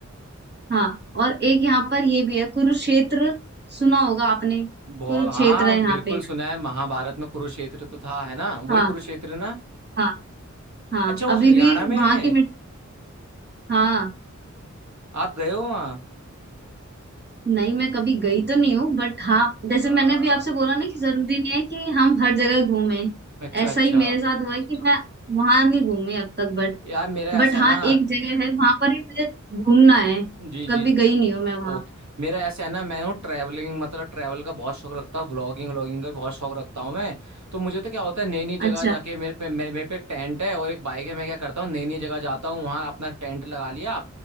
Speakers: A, on the right; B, on the right.
A: हाँ और एक यहाँ पर ये भी है कुरुक्षेत्र सुना होगा आपने
B: बहुत
A: कुरुक्षेत्र
B: हाँ
A: है यहाँ
B: बिल्कुल
A: पे
B: सुना है महाभारत में कुरुक्षेत्र तो था है ना वही
A: हाँ,
B: कुरुक्षेत्र ना
A: हाँ हाँ
B: अच्छा वो
A: अभी
B: हरियाणा
A: भी
B: में
A: वहां
B: है
A: की मिट हाँ
B: आप गए हो वहाँ
A: नहीं मैं कभी गई तो नहीं हूँ बट हाँ जैसे
B: आ,
A: मैंने अभी आपसे बोला ना कि जरूरी नहीं है कि हम हर जगह घूमें
B: अच्छा
A: ऐसा
B: अच्छा
A: ही मेरे साथ हुआ है कि मैं वहां नहीं घूमी अब तक बट
B: यार मेरा ऐसा
A: बट
B: है
A: हाँ
B: ना
A: एक जगह है वहां पर भी मुझे घूमना है
B: जी जी
A: कभी गई नहीं हूँ मैं वहां
B: ओके मेरा ऐसा है ना मैं हूँ ट्रैवलिंग मतलब ट्रैवल का बहुत शौक रखता हूँ ब्लॉगिंग व्लॉगिंग का भी बहुत शौक रखता हूँ मैं तो मुझे तो क्या होता है नई नई जगह
A: अच्छा
B: जाके मेरे पे मेरे, मेरे पे एक टेंट है और एक बाइक है मैं क्या करता हूँ नई नई जगह जाता हूँ वहाँ अपना टेंट लगा लिया